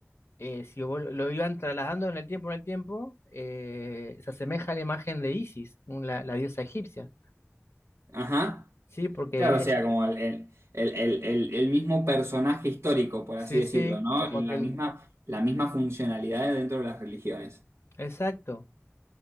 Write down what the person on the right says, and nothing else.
Ajá.
Claro, o sea,
como el, el- el- el- el- el mismo personaje histórico, por
así decirlo,
¿no?
La
misma, la misma funcionalidad dentro de las religiones.